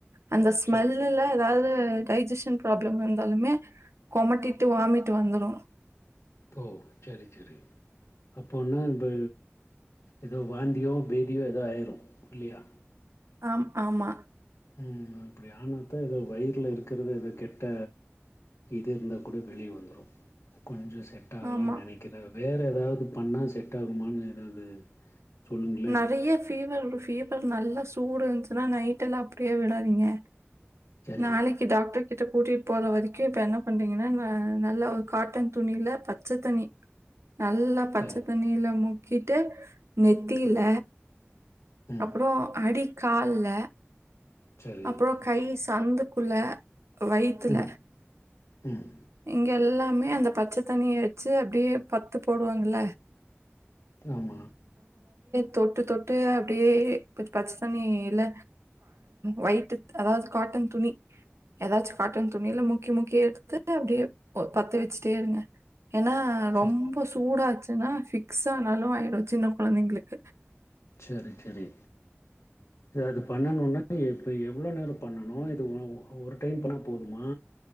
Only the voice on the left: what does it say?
சரி
ஓ சேரி சேரி அப்போனா இப்ப ஏதோ வாந்தியோ பேதியோ ஏதோ ஆயிரும் இல்லயா
ம் அப்படி ஆனா தான் இதோ வயிறுல இருக்கிறது அது கெட்ட இது இருந்தா கூட வெளியே வந்துரு கொஞ்ச செட் ஆகலா
நெனைக்கிறா வேறு ஏதாவது பண்ணா செட் ஆகுமான்னு ஏதாவது சொல்லுங்களே
சரி
சரி
சரி ம்
சரி
ம் ம்
ஆமா
சரி
சரி சரி சரி அது பண்ணண இப்போ எவ்வளோ நேரோ பண்ணணு இது ஒரு ஒரு டைம் பண்ணா போதுமா